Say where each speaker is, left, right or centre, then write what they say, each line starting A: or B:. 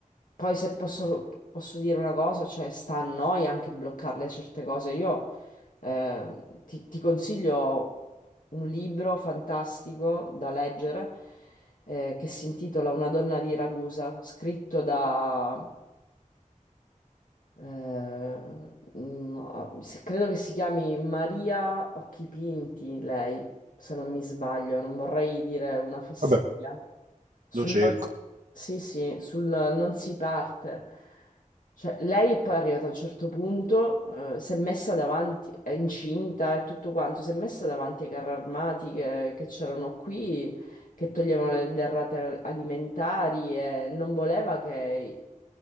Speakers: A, on the left (about 80°); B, on the right (about 70°).
A: poi se posso, posso dire una cosa, cioè sta a noi anche bloccarle certe cose. Io eh, ti, ti consiglio un libro fantastico da leggere eh, che si intitola Una donna di Ragusa, scritto da, eh, mm, se- credo che si chiami Maria Occhipinti, lei, se non mi sbaglio, non vorrei dire una fesseria.
B: Vabbè,
A: Sul
B: lo cerco,
A: non, sì, sì, sul non si parte. Cioè, lei è poi arrivata a un certo punto, eh, si è messa davanti, è incinta e tutto quanto, si è messa davanti ai carri armati che, che c'erano qui, che toglievano le derrate alimentari e non voleva che,